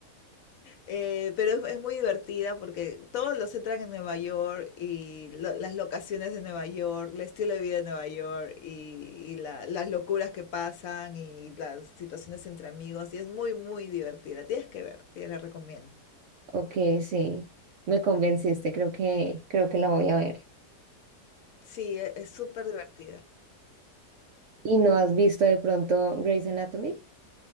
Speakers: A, on the left; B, on the right.
A: Eh, pero es, es muy divertida porque todos los centran en Nueva York y lo- las locaciones de Nueva York, el estilo de vida de Nueva York y, y la- las locuras que pasan y las situaciones entre amigos. Y es muy, muy divertida. Tienes que ver, te la recomiendo.
B: Ok, sí, me convenciste, creo que, creo que la voy a ver.
A: Sí, e- es súper divertida.
B: ¿Y no has visto de pronto Grey's Anatomy?